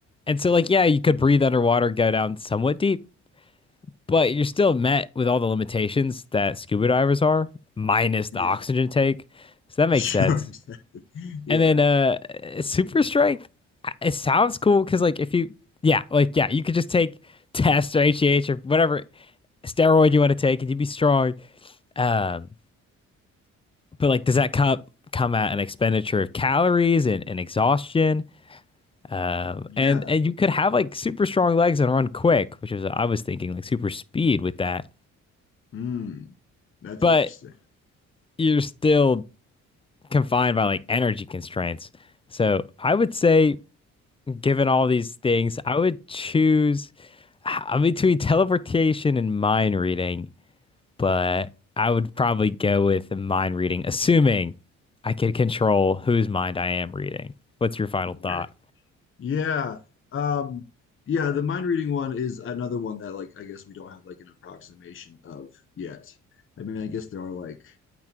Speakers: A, on the left (about 20°); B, on the left (about 45°).
A: And so, like, yeah, you could breathe underwater, go down somewhat deep, but you're still met with all the limitations that scuba divers are, minus the
B: Yeah,
A: oxygen take.
B: <laughs>
A: So that makes
B: sure,
A: sense.
B: exactly. Yeah.
A: And then uh super strength, it sounds cool because like if you yeah, like yeah, you could just take tests or HGH or whatever steroid you want to take and you'd be strong. Um, but like does that come come at an expenditure of calories and, and exhaustion? Um,
B: Yeah.
A: and and you could have like super strong legs and run quick, which is I was thinking like super speed with that.
B: Hmm. That's
A: But
B: interesting.
A: you're still confined by like energy constraints. So I would say, given all these things, I would choose I'm between teleportation and mind reading, but I would probably go with the mind reading, assuming I could control whose mind I am reading. What's your final
B: Right.
A: thought?
B: Yeah. Um, yeah, the mind reading one is another one that like I guess we don't have like an approximation of yet. I mean, I guess there are like